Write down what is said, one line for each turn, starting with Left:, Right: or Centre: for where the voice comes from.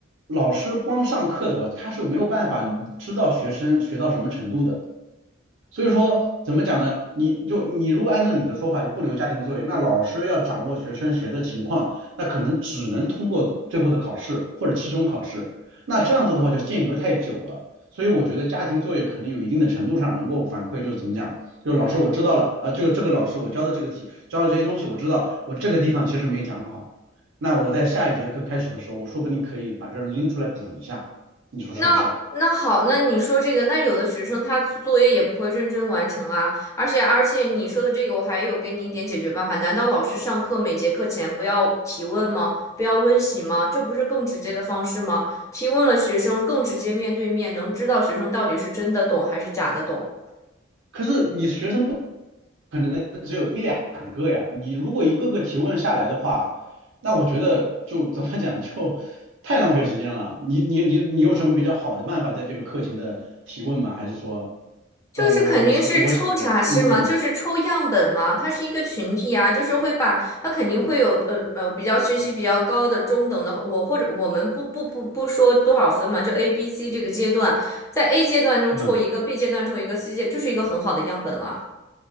Right: 老师光上课的我，他是没有办法知道学生学到什么程度的。所以说，怎么讲呢？你就你如果按照你的说法，就不留家庭作业，那老师要掌握学生学的情况，那可能只能通过最后的考试或者期中考试。那这样子的话，就间隔太久了。所以我觉得家庭作业可能有一定的程度上能够反馈，就是怎么讲，就老师我知道了，啊、呃这个这个老师我教的这个题，教的这些东西我知道，我这个地方其实没讲好。那我在下一节课开始的时候，我说不定可以把这拎出来补一下，你说是不是？
Left: 那那好，那你说这个，那有的学生他作业也不会认真完成啊，而且而且你说的这个，我还有给你一点解决办法。难道老师上课每节课前不要提问吗？不要温习吗？这不是更直接的方式吗？提问了学生更直接面对面，能知道学生到底是真的懂还是假的懂。
Right: 可是你学生不可能只有一两个呀，你如果一个个提问下来的话，那我觉得就怎么讲就 <laughs> 太浪费时间了。你你你你有什么比较好的办法在这个课前的提问吗？还是说，
Left: 就是肯定是抽查是吗？
Right: 呃，我我是我是我嗯嗯
Left: 就是抽样本吗？它是一个群体啊，就是会把它肯定会有呃呃比较学习比较高的中等的，我或者我们不不不不说多少分嘛，就 A、B、C 这个阶段，在 A 阶段中抽一个，B
Right: 嗯，
Left: 阶段抽一个，C 阶就是一个很好的样本了。